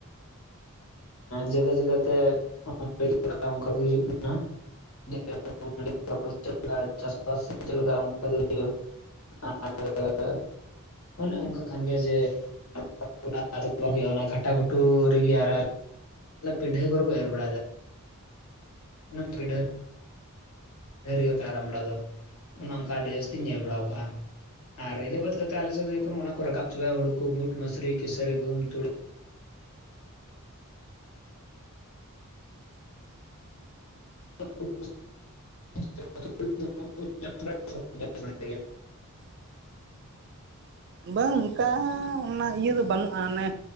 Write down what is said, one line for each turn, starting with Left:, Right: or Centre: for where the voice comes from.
Left: ᱡᱟᱜᱟ ᱡᱟᱜᱟᱛᱮ <unintelligible> ᱚᱱᱠᱟᱜᱮ ᱦᱤᱡᱩᱜ ᱠᱟᱱᱟ <unintelligible> <unintelligible> ᱪᱟᱥᱵᱟᱥ ᱪᱮᱫ ᱞᱮᱠᱟ ᱚᱱᱠᱟ ᱦᱩᱭᱩᱜᱼᱟ <unintelligible> ᱟᱨ ᱚᱱᱮ ᱚᱱᱠᱟ ᱠᱟᱱ ᱜᱮᱭᱟ ᱡᱮ <unintelligible> ᱵᱟᱝ ᱦᱩᱭᱩᱜᱼᱟ ᱚᱱᱟ ᱜᱷᱟᱴᱟ ᱜᱷᱩᱴᱩ ᱨᱮᱜᱮ ᱟᱨ ᱯᱤᱱᱰᱷᱟᱹ ᱠᱚᱨᱮᱠᱩ ᱮᱨ ᱵᱟᱲᱟᱭ ᱫᱟ᱾ <unintelligible> ᱰᱷᱟᱹᱨᱤ ᱠᱟᱜᱼᱟ ᱨᱟᱢ ᱵᱟᱲᱟ ᱫᱚ ᱚᱱᱮ ᱚᱱᱠᱟ ᱟᱹᱰᱤ ᱡᱟᱹᱥᱛᱤᱧ ᱧᱮᱞ ᱵᱟᱲᱟ ᱠᱟᱜᱼᱟ᱾ ᱟᱨ ᱤᱫᱟᱹ ᱵᱟᱫ ᱠᱟᱛᱮᱫ ᱟᱞᱮᱥᱮᱫ ᱡᱚᱠᱷᱚᱱ ᱚᱱᱟ ᱠᱚ ᱨᱟᱠᱟᱵ ᱪᱟᱵᱟᱭᱟ ᱦᱩᱲᱩ ᱵᱩᱴ ᱢᱟᱥᱨᱤ ᱠᱮᱥᱟᱹᱨᱤ ᱜᱩᱢ ᱛᱩᱲᱤ
Right: <inaudible>
Left: <inaudible>
Right: <inaudible> ᱵᱟᱝ ᱚᱱᱠᱟ ᱚᱱᱟ ᱤᱭᱟᱹ ᱫᱚ ᱵᱟᱹᱱᱩᱜᱼᱟ ᱚᱱᱮ